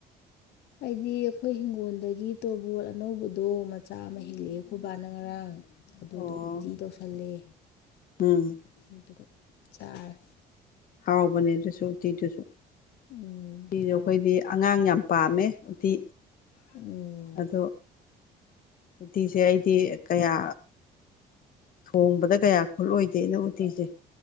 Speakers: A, on the left; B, on the left.
A: ꯑꯩꯗꯤ ꯑꯩꯈꯣꯏ ꯏꯤꯡꯒꯣꯜꯗꯒꯤ ꯇꯣꯔꯕꯣꯠ ꯑꯅꯧꯕꯗꯣ ꯃꯆꯥ ꯑꯃ ꯍꯦꯛꯂꯛꯑꯦ ꯑꯩꯈꯣꯏ ꯕꯥꯅ ꯉꯔꯥꯡ ꯑꯗꯨꯗꯣ
B: ꯑꯣ
A: ꯎꯇꯤ ꯇꯧꯁꯜꯂꯦ
B: ꯎꯝ
A: ꯑꯗꯨꯒ ꯆꯥꯔꯦ
B: ꯍꯥꯎꯕꯅꯦ ꯑꯗꯨꯁꯨ ꯎꯇꯤꯗꯨꯁꯨ
A: ꯎꯝ
B: ꯎꯇꯤꯗꯣ
A: ꯍꯥꯎꯋꯤ
B: ꯑꯩꯈꯣꯏꯗꯤ ꯑꯉꯥꯡ ꯌꯥꯝ ꯄꯥꯝꯃꯦ ꯎꯇꯤ
A: ꯎꯝ
B: ꯑꯗꯣ ꯇꯤꯁꯦ ꯑꯩꯗꯤ ꯀꯌꯥ ꯊꯣꯡꯕꯗ ꯀꯌꯥ ꯈꯨꯠꯂꯣꯏꯗꯦ ꯑꯩꯅ ꯎꯇꯤꯁꯦ